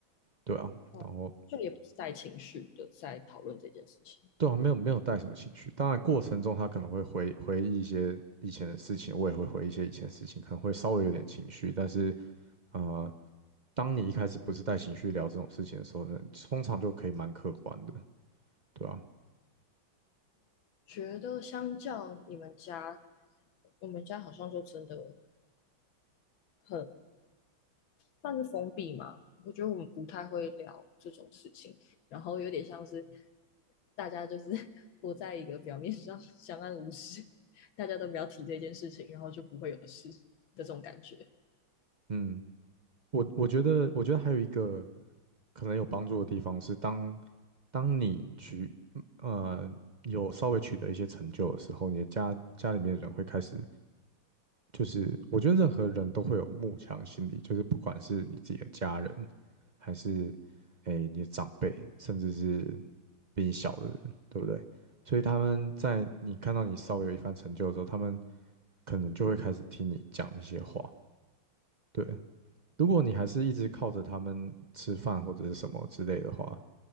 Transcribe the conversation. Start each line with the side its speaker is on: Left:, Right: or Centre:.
Right: 对啊，
Left: 哦，
Right: 然后
Left: 就也不是带情绪的在讨论这件事情。
Right: 对啊，没有没有带什么情绪，当然过程中他可能会回回忆一些以前的事情，我也会回忆一些以前的事情，可能会稍微有点情绪，但是啊，当你一开始不是带情绪聊这种事情的时候呢，通常就可以蛮客观的，对啊，
Left: 觉得相较你们家，我们家好像就真的很算是封闭嘛。我觉得我们不太会聊这种事情，然后有点像是大家就是 <laughs> 活在一个表面上相安无事，大家都不要提这件事情，然后就不会有事的这种感觉。
Right: 嗯。我我觉得，我觉得还有一个可能有帮助的地方是当，当你取呃有稍微取得一些成就的时候，你的家家里面的人会开始，就是我觉得任何人都会有慕强心理，就是不管是你自己的家人，还是诶你的长辈，甚至是比你小的人，对不对？所以他们在你看到你稍微有一番成就的时候，他们可能就会开始听你讲一些话，对。如果你还是一直靠着他们吃饭或者是什么之类的话，
Left: 嗯，